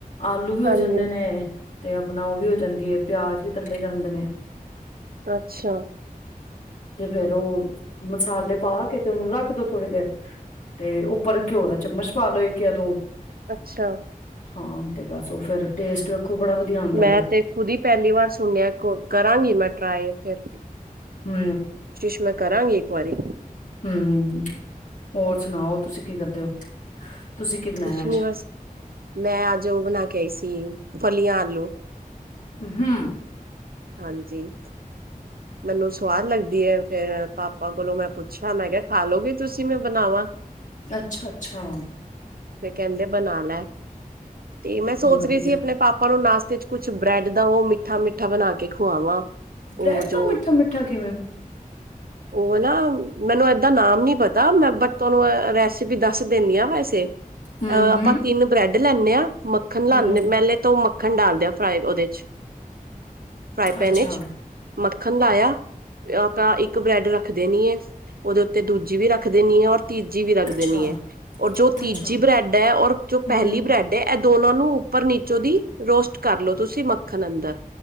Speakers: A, on the left; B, on the right.
A: ਆਲੂ ਵੀ ਹੋ
B: ਹਾਂਜੀ
A: ਜਾਂਦੇ ਨੇ, ਤੇ ਆਪਣਾ ਉਹ ਵੀ ਹੋ ਜਾਂਦੀ ਹੈ, ਪਿਆਜ ਵੀ ਤਲੇ ਜਾਂਦੇ ਨੇ
B: ਅੱਛਾ।
A: ਤੇ ਫੇਰ ਉਹ ਮਸਾਲੇ ਪਾ ਕੇ, ਤੇ ਉਹਨੂੰ ਰੱਖ ਦੋ ਥੋੜੀ ਦੇਰ ਤੇ ਉੱਪਰ ਘਿਓ ਦਾ ਚਮਚ ਪਾ ਲਓ, ਇਕ ਯਾ ਦੋ।
B: ਅੱਛਾ।
A: ਹਾਂ, ਤੇ ਬਸ ਉਹ ਫੇਰ ਟੇਸਟ ਵੇਖੋ ਬੜਾ ਵਧੀਆ ਆਉਂਦਾ
B: ਮੈਂ
A: ਜੇ
B: ਤੇ ਖੁਦ ਹੀ ਪਹਿਲੀ ਵਾਰ ਸੁਣਿਆ, ਕਰਾਂਗੀ ਮੈਂ ਟਰਾਈ ਫਿਰ
A: ਹੂ
B: ਕੋਸ਼ਿਸ਼ ਮੈਂ ਕਰਾਂਗੀ ਇੱਕ ਵਾਰੀ
A: ਹੂ, ਹੋਰ ਸੁਣਾਓ ਤੁਸੀਂ ਕੀ ਕਰਦੇ ਹੋ? ਤੁਸੀਂ ਕੀ ਬਣਾਇਆ
B: ਕੁਛ
A: ਅੱਜ
B: ਨੀ ਬਸ, ਮੈਂ ਅੱਜ ਉਹ ਬਣਾ ਕੇ ਆਈ ਸੀ, ਫਲੀਆਂ ਆਲੂ।
A: ਊ ਹੂ
B: ਹਾਂਜੀ। ਮੈਨੂੰ ਸਵਾਦ ਲੱਗਦੀ ਐ, ਫੇਰ ਪਾਪਾ ਕੋਲੋਂ ਮੈਂ ਪੁੱਛਿਆ, ਮੈਂ ਖਿਆ ਖਾਲੋਗੇ ਤੁਸੀਂ, ਮੈਂ ਬਣਾਵਾਂ।
A: ਅੱਛਾ ਅੱਛਾ।
B: ਤੇ ਕਹਿੰਦੇ ਬਣਾ ਲੈ, ਤੇ ਮੈਂ ਸੋਚ
A: ਵਧੀਆ
B: ਰਹੀ ਸੀ ਆਪਣੇ ਪਾਪਾ ਨੂੰ ਨਾਸਤੇ ਚ ਕੁਛ ਬ੍ਰੈਡ ਦਾ ਉਹ ਮਿੱਠਾ ਮਿੱਠਾ ਬਣਾ ਕੇ ਖੁਵਾਵਾਂ,
A: ਬ੍ਰੈਡ
B: ਉਹ
A: ਮਿੱਠਾ
B: ਜੋ
A: ਮਿੱਠਾ ਕਿਵੇਂ?
B: ਉਹ ਅਨਾ ਮੈਨੂੰ ਏਦਾਂ ਨਾਮ ਨੀ ਪਤਾ, ਮੈਂ ਬਟ ਤੁਹਾਨੂੰ ਐ ਰੇਸੀਪੀ ਪੀ ਦੱਸ ਦੇਨੀ ਆ ਵੈਸੇ।
A: ਹਮ
B: ਆ ਆਪਾਂ
A: ਹਮ
B: ਤਿੰਨ ਬਰੈਡ ਲੈਨੇਂ ਆ, ਮੱਖਣ ਲਾਨੇ
A: ਹਮ
B: ਮਹਿਲੇ ਤੋਂ ਮੱਖਣ ਡਾਲ ਦਿਆ ਔ ਦੇ ਚ ਫਰਾਈ ਪੈਨ
A: ਅੱਛਾ
B: ਚ, ਮੱਖਣ ਲਾਇਆ। ਆਪਾਂ ਇੱਕ ਬ੍ਰੈਡ ਰੱਖ ਦੇਨੀ ਆ, ਉਹਦੇ ਉੱਤੇ ਦੂਜੀ ਵੀ ਰੱਖਦੇ ਦੇਨੀ ਆ ਔਰ ਤੀਜੀ ਵੀ ਰੱਖ
A: ਅੱਛਾ
B: ਦੇਣੀ ਐ, ਔਰ ਜੋ ਤੀਜੀ
A: ਅੱਛਾ
B: ਬ੍ਰੈਡ ਐ, ਔਰ ਜੋ
A: ਹਮ
B: ਪਹਿਲੀ ਬ੍ਰੈਡ ਐ ਇਹ ਦੋਨੋ ਨੂੰ ਉੱਪਰ ਨੀਚੋਂ ਦੀ ਰੋਸਟ ਕਰਲੋ ਤੁਸੀਂ ਮੱਖਣ ਅੰਦਰ‌।